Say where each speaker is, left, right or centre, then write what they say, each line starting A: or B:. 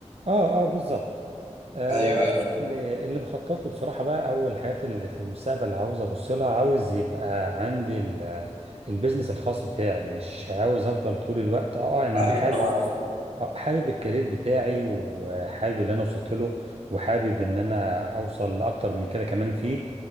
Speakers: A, on the right; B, on the right.
A: اه اه بالظبط آه
B: ايوه ايوه
A: اللي اللي بخطط له بصراحة بقى أو الحاجات اللي في المستقبل اللي عاوز أبص لها عاوز يبقى عندي ال- البيزنس الخاص بتاعي مش عاوز أفضل طول الوقت اه آه، إن
B: ايوه
A: أنا حابب آه، حابب الكارير بتاعي وحابب اللي أنا وصلت له وحابب إن أنا أوصل لأكتر من كده كمان فيه